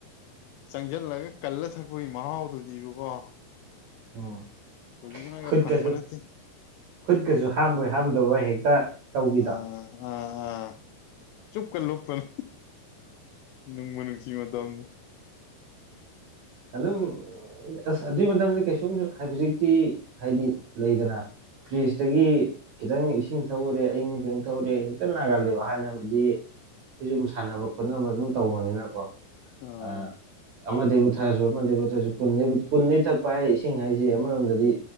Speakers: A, on the left; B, on the right.
A: ꯆꯪꯁꯤꯜꯂꯒ ꯀꯜꯂ ꯊꯛꯄꯒꯤ ꯃꯍꯥꯎꯗꯨꯗꯤꯕꯀꯣ
B: ꯎꯝ
A: ꯍꯧꯖꯤꯛꯀꯤꯅꯒ
B: ꯈꯨꯨꯠꯀꯁꯨ
A: ꯐꯪꯕ ꯅꯠꯇꯦ
B: ꯈꯨꯨꯠꯀꯁꯨ ꯍꯥꯝꯣꯏ ꯍꯥꯝ ꯑꯗꯨ ꯍ ꯇ ꯇꯧꯕꯤꯗ
A: ꯑꯥ ꯑꯥ ꯑꯥ ꯆꯨꯞꯀ ꯂꯨꯞꯄꯅꯤ ꯅꯨꯡꯃ ꯅꯨꯡꯁꯤ ꯗꯪ
B: ꯑꯗꯨꯝ ꯑꯁ ꯑꯗꯨꯒꯤ ꯃꯇꯝꯗꯤ ꯀꯩꯁꯨꯝ ꯍꯧꯖꯤꯛꯇꯤ ꯍꯥꯏꯗꯤ ꯂꯩꯗꯅ ꯐ꯭ꯔꯤꯖꯇꯒꯤ ꯈꯤꯇꯪ ꯏꯁꯤꯡ ꯊꯛꯎꯔꯦ ꯑꯌꯪꯕꯊꯇ ꯊꯧꯎꯔꯦ ꯍꯦꯛꯇ ꯅꯥꯒꯥꯜꯂꯦꯕ ꯍꯥꯟꯅꯗꯤ ꯑꯩ ꯁꯨꯝ ꯁꯥꯟꯅꯕ ꯈꯣꯠꯅꯕ ꯑꯗꯨꯝ ꯇꯧꯕꯅꯤꯅꯀꯣ
A: ꯑꯥ
B: ꯑ ꯑꯃꯗ ꯄꯊꯔꯁꯨ ꯑꯃꯗꯒꯤꯩ ꯄꯨꯊꯔꯁꯨꯟꯅ ꯄꯨꯟꯅꯩ ꯊꯛꯄ ꯍꯥꯏ ꯏꯁꯤꯡ ꯍꯥꯏꯁꯤ ꯑꯃꯔꯣꯝꯗꯗꯤ